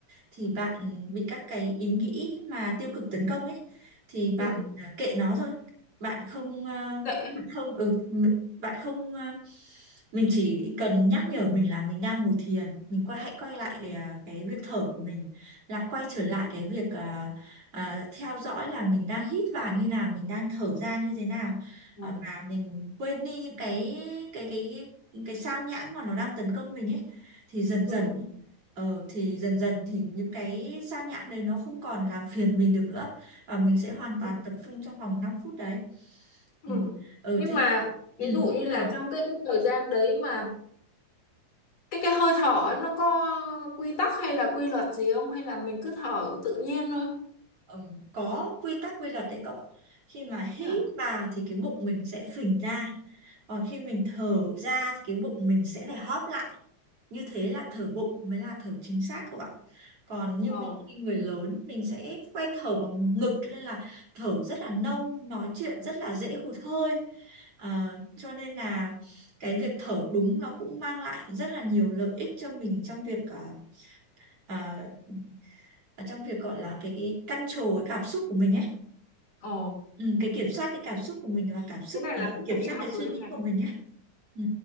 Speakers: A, on the right (about 45°); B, on the left (about 55°).
A: thì bạn bị các cái ý nghĩ mà tiêu cực tấn công ấy thì bạn
B: ừ.
A: à, kệ nó thôi bạn không à,
B: Vậy ấy.
A: bạn không ừ bạn không ờ, mình chỉ cần nhắc nhở mình là mình đang ngồi thiền mình quay hãy quay lại
B: Ừ.
A: ờ, cái việc thở của mình lại quay trở lại cái việc ờ, ờ, theo dõi là mình đang hít vào như nào mình đang thở ra như thế nào
B: Ừ.
A: Ờ, và mình quên đi những cái cái cái cái sao nhãng mà nó đang tấn công mình ấy thì dần
B: Ừ.
A: dần ờ thì dần dần thì những cái sao nhãng đấy nó không còn làm phiền mình được nữa và mình sẽ hoàn toàn
B: Ừ.
A: tập trung trong vòng 5 phút đấy
B: Ừ.
A: ừ. ừ
B: Nhưng
A: thế
B: mà
A: Ừ,
B: ví dụ
A: như
B: như là
A: là
B: trong cái cái thời gian đấy mà cái cái hơi thở ấy, nó có quy tắc hay là quy luật gì không hay là mình cứ thở tự nhiên thôi
A: ừm, có quy tắc quy luật đấy cậu ạ. Khi mà hít
B: thế à
A: vào thì cái bụng mình sẽ phình ra, còn khi mình thở ra thì cái bụng mình sẽ phải hóp lại. Như thế là thở bụng mới là thở chính xác cậu ạ. Còn như
B: ờ
A: mình khi người lớn mình sẽ quen thở bằng ngực nên là thở rất là nông, nói chuyện rất là dễ hụt hơi. À, cho nên là cái việc thở đúng nó cũng mang lại rất là nhiều lợi ích cho mình trong việc à, à, ở trong việc gọi là cái cái control cái cảm xúc của mình ấy
B: ờ
A: ừ, cái kiểm soát cái cảm xúc của mình và cảm xúc
B: thế này
A: à,
B: là cũng
A: kiểm
B: phải đi
A: soát
B: học
A: cái suy
B: rồi đây
A: nghĩ
B: này
A: của mình nhé ừ.